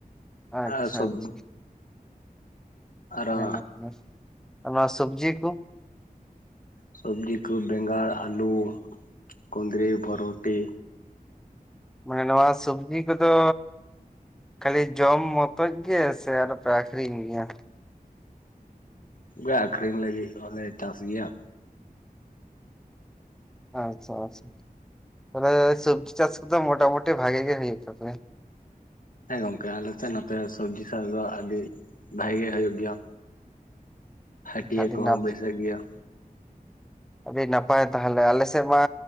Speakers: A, in the centre; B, on the left.
A: ᱟᱪᱪᱷᱟ
B: ᱟᱨ ᱥᱚᱵ
A: ᱟᱪᱪᱷᱟ
B: ᱟᱨᱚ
A: <unintelligible> ᱱᱚᱣᱟ ᱥᱚᱵᱡᱤ ᱠᱩ
B: ᱥᱚᱵᱡᱤ ᱠᱩ ᱵᱮᱸᱜᱟᱲ ᱟᱹᱞᱩ ᱠᱩᱸᱫᱽᱨᱤ ᱵᱷᱚᱨᱵᱷᱚᱴᱤ
A: ᱢᱟᱱᱮ ᱱᱚᱣᱟ ᱥᱚᱵᱡᱤ ᱠᱚ ᱫᱚᱻ ᱠᱷᱟᱹᱞᱤ ᱡᱚᱢ ᱢᱚᱛᱚᱧ ᱜᱮ ᱥᱮ ᱟᱨᱚᱯᱮ ᱟᱠᱷᱨᱤᱧ ᱜᱮᱭᱟ
B: ᱵᱟ ᱟᱹᱠᱷᱨᱤᱧ ᱞᱟᱹᱜᱤᱫ ᱦᱚᱸᱞᱮ ᱪᱟᱥ ᱜᱮᱭᱟ
A: ᱟᱪᱪᱷᱟ ᱟᱪᱪᱷᱟ ᱛᱟᱦᱞᱮ ᱥᱚᱵᱡᱤ ᱪᱟᱥ ᱠᱚᱫᱚ ᱢᱚᱴᱟ ᱢᱩᱴᱤ ᱵᱷᱟᱜᱮ ᱜᱮ ᱦᱩᱭᱩᱜ ᱛᱟᱯᱮᱭᱟ
B: ᱦᱮᱸ ᱜᱚᱝᱠᱮ ᱟᱞᱮᱥᱮᱫ ᱱᱚᱛᱮ ᱥᱚᱵᱡᱤ ᱪᱟᱥ ᱫᱚ ᱟᱹᱰᱤ ᱵᱷᱟᱜᱤ ᱜᱮ ᱦᱩᱭᱩᱜ ᱜᱮᱭᱟ ᱦᱟᱹᱴᱭᱟᱹ
A: ᱟᱹᱰᱤ
B: ᱠᱚᱦᱚᱸ
A: ᱱᱟᱯ
B: ᱵᱟᱹᱭᱥᱟᱹᱜ ᱜᱮᱭᱟ
A: ᱟᱹᱰᱤ ᱱᱟᱯᱟᱭ ᱛᱟᱦᱞᱮ ᱟᱞᱮ ᱥᱮᱫ ᱢᱟ